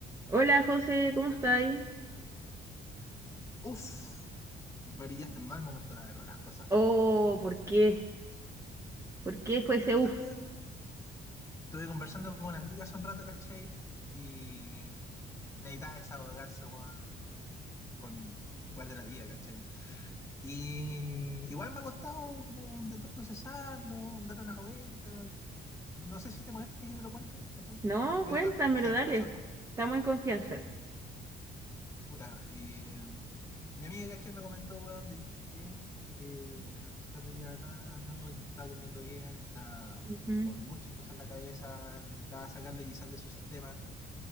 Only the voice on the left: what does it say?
Dale. Uf, me pillaste en mal momento, la verdad, las cosas.
Puta,
estuve, estuve conversando con una amiga hace un rato, ¿cachai? Y necesitaba desahogarse, weón, con igual de la vida, ¿cachai? Y igual me ha costado como intentar procesarlo, dar una vuelta. No sé si te molesta que te lo cuente, ¿cachai?
Mientras
sea entre
nosotros.
Puta, y Mi amiga, caché, me comentó, weón, de que eh, hace un par de días atrás no está durmiendo bien, está
con muchas cosas en la cabeza, necesitaba sacarlo quizás de su sistema.